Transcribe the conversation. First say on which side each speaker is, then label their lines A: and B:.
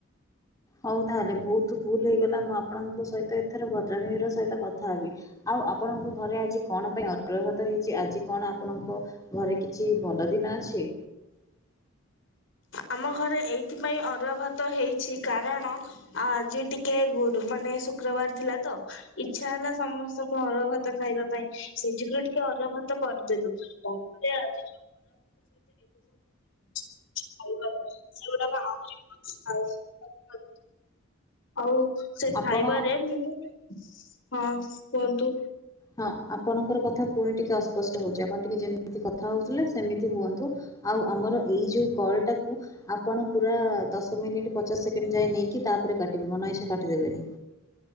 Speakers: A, on the left (about 15°); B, on the left (about 65°).
A: ହଉ ତାହେଲେ ବହୁତୁ ଭୁଲ ହେଇଗଲା ମୁଁ ଆପଣଙ୍କ ସହିତ ଏଥର ଭଦ୍ରାମିର ସହିତ କଥାହେବି, ଆଉ ଆପଣଙ୍କୁ ଘରେ ଆଜି କଣ ପାଇଁ ଅରୁଆ ଭାତ ହେଇଚି, ଆଜି କଣ ଆପଣଙ୍କ ଘରେ କି କିଛି ଭଲ ଦିନ ଅଛି।
B: ଆମ ଘରେ ଏଇଥିପାଇଁ ଅରୁଆ ଭାତ ହେଇଚି କାରଣ ଆଜି ଟିକେ ଗରୁବାର୍ ନାଇଁ ଶୁକ୍ରବାର ଥିଲା ତ ଇଛା ହେଲା ସମସ୍ତଙ୍କୁ ଅରୁଆ ଭାତ ଖାଇବା ପାଇଁ ସେଇ ଯୋଗୁରୁ ଟିକେ ଅରୁଆ ଭା ଭାତ କରିଦେଲୁ ଆଜି <unintelligible> ଖାଇବାର ସେଗୁଡାକ ଆହୁରି <unintelligible> ଆଉ ସେ ଖାଇବାରେ
A: ଆପଣ
B: ମୁଁ, ହଁ କୁହନ୍ତୁ।
A: ହଁ ଆପଣଙ୍କର କଥା ପୁଣି ଟିକେ ଅସ୍ପଷ୍ଟ ହଉଛି, ଆପଣ ଟିକେ ଯେମିତି କଥା ହଉଥିଲେ ସେମିତି ହୁଅନ୍ତୁ, ଆ ଆଉ ଆମର ଏଇ ଯୋଉ କଲ ଟାକୁ ଆପଣ ପୁରା ଦଶ ମିନିଟ ପଚାଶ ସେକଣ୍ଡ ଯାଏ ନେଇକି ତାପରେ କାଟିବେ, ମନ ଇଛା କାଟି ଦେବେନି।